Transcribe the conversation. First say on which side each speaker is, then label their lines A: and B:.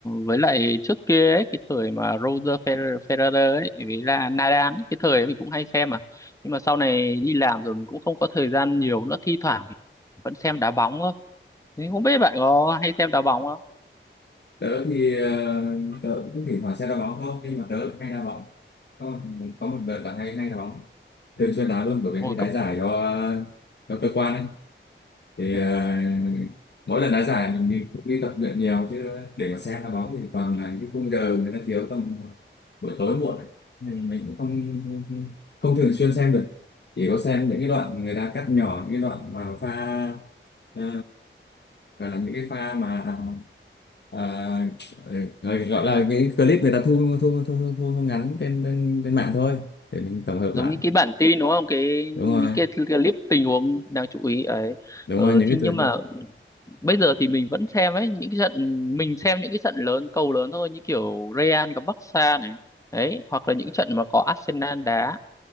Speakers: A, on the left; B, on the left.
A: với lại trước kia ấy, cái thời mà Roger Fer- Federer ấy với là Nadal ấy, cái thời ấy mình cũng hay xem mà nhưng mà sau này đi làm rồi mình cũng không có thời gian nhiều nữa thi thoảng thì vẫn xem đá bóng thôi Thế không biết bạn có hay xem đá bóng không
B: tớ thì ờ, tớ cũng thỉnh thoảng sẽ đá bóng thôi nhưng mà tớ lại hay đá bóng có một, có một đợt là hay hay đá bóng thường xuyên đá luôn bởi vì
A: hồi
B: hay đá
A: cấp
B: giải cho cho cơ quan ấy thì
A: ừ.
B: ờ, mỗi lần đá giải mình đi, cũng đi tập luyện nhiều chứ để mà xem đá bóng thì toàn là những khung giờ người ta thiếu tầm buổi tối muộn ấy. nên mình cũng không không thường xuyên xem được chỉ có xem những cái đoạn người ta cắt nhỏ những cái đoạn mà pha ờ, gọi là những cái pha mà à, rồi gọi là những clip người ta thu thu thu, thu, thu ngắn trên, trên trên mạng thôi để mình tổng hợp
A: giống
B: lại
A: như cái bản tin đúng không cái
B: đúng
A: những
B: rồi
A: cái clip tình huống đáng chú ý ấy
B: đúng
A: ờ,
B: rồi những
A: thì
B: cái
A: nhưng
B: từ
A: mà bây giờ thì mình vẫn xem ấy những cái trận mình xem những cái trận lớn cầu lớn thôi như kiểu Real gặp Barca này đấy hoặc là những trận mà có Arsenal đá